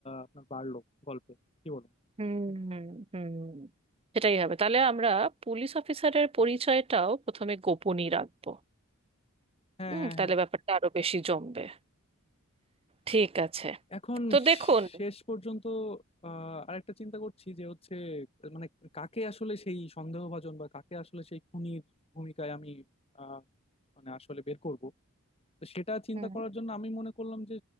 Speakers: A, on the left; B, on the right.
A: আপনার বাড়লো গল্পে কি বলুন
B: হুম হুম হুম সেটাই হবে তাহলে আমরা পুলিশ অফিসারের পরিচয়টাও প্রথমে গোপনই রাখবো
A: হ্যাঁ
B: হুম
A: হ্যাঁ
B: তাহলে
A: হ্যাঁ
B: ব্যাপারটা আরো বেশি জমবে ঠিক আছে
A: এখন
B: তো দেখুন
A: শেষ পর্যন্ত আহ, আরেকটা চিন্তা করছি যে হচ্ছে মানে কাকে আসলে সেই সন্দেহভাজন বা কাকে আসলে সেই খুনির ভূমিকায় আমি আহ, মানে আসলে বের করব তো সেটা চিন্তা
B: হুম
A: করার জন্য আমি মনে করলাম যে